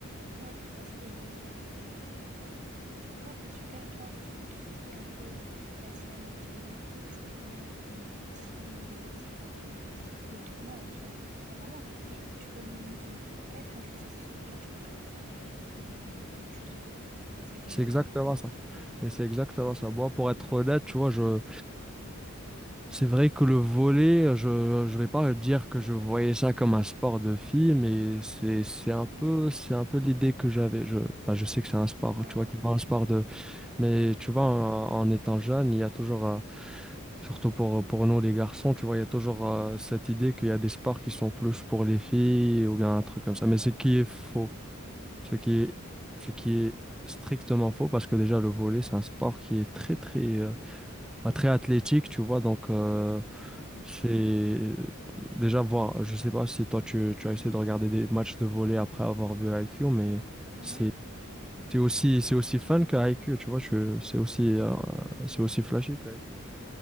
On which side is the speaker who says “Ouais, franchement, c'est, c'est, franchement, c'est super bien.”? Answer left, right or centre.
Right